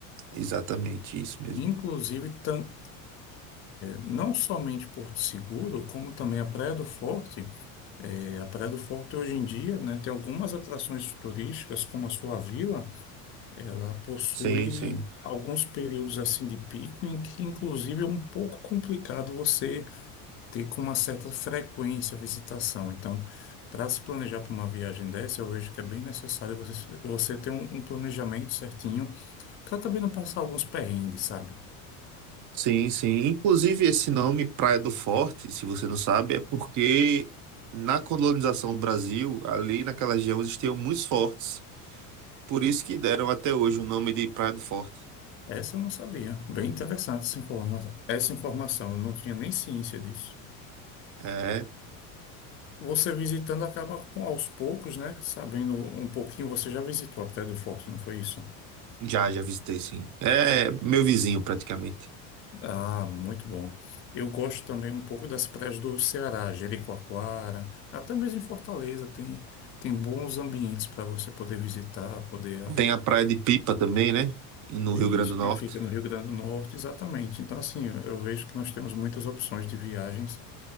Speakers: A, on the right; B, on the left.
A: Exatamente isso mesmo.
B: Inclusive, tan- não somente Porto Seguro, como também a Praia do Forte. É, a Praia do Forte hoje em dia, né, tem algumas atrações turísticas, como a sua vila, ela possui
A: Sim, sim.
B: alguns períodos assim de pico em que inclusive é um pouco complicado você ter com uma certa frequência a visitação. Então, para se planejar para uma viagem dessa, eu vejo que é bem necessário você, você ter um, um planejamento certinho para também não passar alguns perrengues, sabe?
A: Sim, sim. Inclusive, esse nome, Praia do Forte, se você não sabe, é porque na colonização do Brasil, ali naquela região, existiam muitos fortes. Por isso que deram até hoje o nome de Praia do Forte.
B: Essa eu não sabia. Bem interessante essa informação. Essa informação, eu não tinha nem ciência disso.
A: É,
B: Você visitando acaba com aos poucos, né? Sabendo um pouquinho, você já visitou a Praia do Forte, não foi isso?
A: já, já visitei, sim. É meu vizinho, praticamente.
B: Ah, muito bom. Eu gosto também um pouco das praias do Ceará, Jericoacoara, até mesmo em Fortaleza tem tem bons ambientes para você poder visitar, poder
A: Tem a Praia de Pipa também, né? No
B: isso
A: Rio Grande do Norte.
B: que fica no Rio Grande do Norte, exatamente. Então assim, eu eu vejo que nós temos muitas opções de viagens